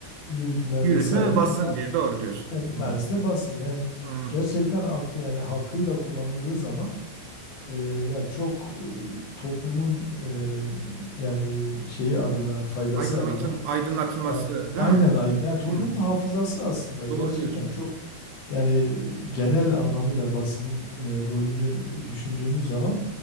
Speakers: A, on the left; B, on the right.
A: yürütme
B: Yürütme
A: vesaire.
B: ve basın
A: Bunlardan
B: diye doğru diyorsun.
A: bir
B: Hmm,
A: tanesi de basın. Yani
B: hmm.
A: gerçekten aklı yani hakkıyla kullanıldığı zaman e, ya çok e, toplumun e, yani şeyi adına, faydası
B: Aydınlatın,
A: adına
B: aydınlatılması
A: A-
B: değil
A: Aynen
B: mi?
A: ay- yani toplumun
B: Hmm,
A: hafızası aslında gerçekten
B: doğru diyorsunuz.
A: çok yani genel anlamıyla basının e, rolünü düşündüğümüz zaman